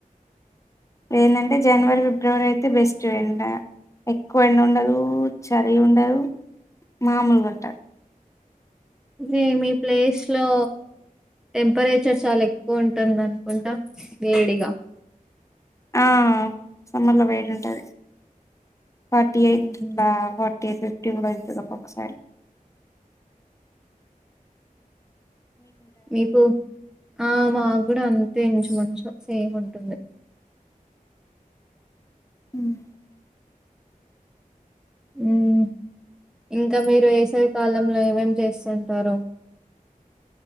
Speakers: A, on the left; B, in the centre.
A: ఏందంటే జనవరి ఫిబ్రవరి అయితే బెస్ట్ ఎంతైన ఎక్కువ ఎండ ఉండదు చలి ఉండదు. మామూలుగ ఉంటార్
B: ఇదే మీ ప్లేస్ లో. టెంపరేచర్ చాల ఎక్కువ ఉంటుంది అనుకుంటా వేడిగా.
A: ఆ సమ్మర్లో వేడి ఉంటది. ఫాటీ
B: మ్మ్హ.
A: ఎయిట్ బా తె ఫిఫ్టీ కూడా అబ్బ ఒకసారి.
B: మీకు ఆ మాక్ కూడా అ. తెంచు మంచు సేమ్ ఉంటుంది.
A: హుమ్
B: ఉమ్ ఇంకా మీరు వేసవి కాలంలో ఏమేమి చేస్తుంటారు.